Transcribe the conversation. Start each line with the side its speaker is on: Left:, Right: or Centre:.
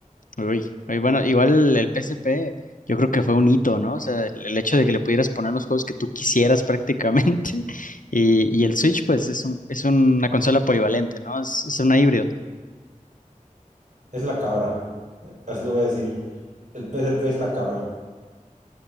Left: Uy, uy, bueno, igual el PSP, yo creo que fue un hito, ¿no? O sea, el, el hecho de que le pudieras poner los juegos que tú quisieras prácticamente. <laughs> Y, y el Switch, pues es un, es una consola polivalente, ¿no? Es, es una híbrido.
Right: Es la cabra. Eh, Así lo voy a decir. El PSP es la cabra.